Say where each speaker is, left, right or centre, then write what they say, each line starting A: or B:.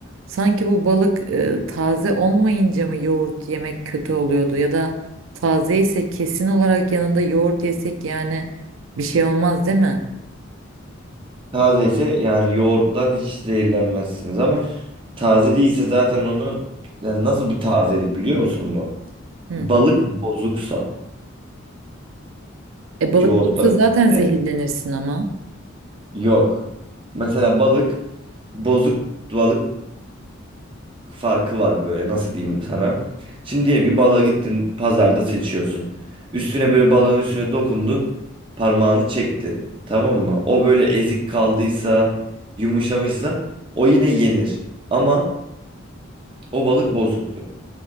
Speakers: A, on the right; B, on the right.
A: sanki bu balık e, taze olmayınca mı yoğurt yemek kötü oluyordu ya da taze ise kesin olarak yanında yoğurt yesek yani bir şey olmaz değil mi?
B: Taze ise yani yoğurttan hiç zehirlenmezsiniz ama taze değilse zaten onu yani nasıl bir tazelik biliyor musun bu?
A: Hı.
B: Balık bozuksa
A: E balık
B: yoğurtla
A: bulursa
B: birlikte.
A: zaten zehirlenirsin ama
B: Yok. Mesela balık, bozuk balık farkı var böyle. Nasıl diyeyim sana? Şimdi diyelim ki balığa gittin, pazarda seçiyorsun. Üstüne böyle balığın üstüne dokundun, parmağını çektin. Tamam mı? O böyle ezik kaldıysa, yumuşamışsa o yine yenir. Ama o balık bozuktur.